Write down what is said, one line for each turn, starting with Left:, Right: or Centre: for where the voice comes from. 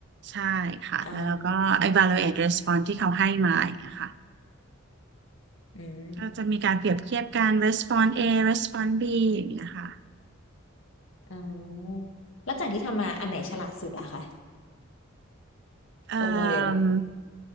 Right: ใช่ค่ะแล้วเราก็
Left: อ่า
Right: evaluate response ที่เขาให้มาอย่างเงี้ยค่ะ
Left: อืม
Right: ก็จะมีการเปรียบเทียบการ response A response B อย่างเงี้ยค่ะ
Left: อ่าแล้วจากที่ทำมาอันไหนฉลาดสุดอะคะ
Right: เอ่
Left: ตัวโมเดล
Right: ม